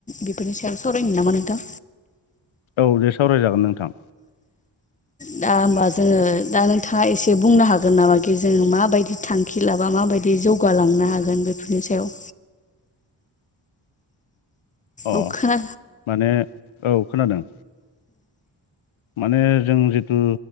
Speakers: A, on the left (about 15°); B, on the left (about 80°).
A: बेफोरनि सायाव सावरायनो नामा नोंथां
B: औ दे सावरायजागोन नोंथां
A: दा होमबा जोङो दा नोंथाङा एसे बुंनो हागोन नामा कि जों माबायदि थांखि लाबा माबायदि जौग जौगालांनो हागोन बेफोरनि सायाव
B: अ
A: अखा
B: माने औ खोनादों माने जों जिथु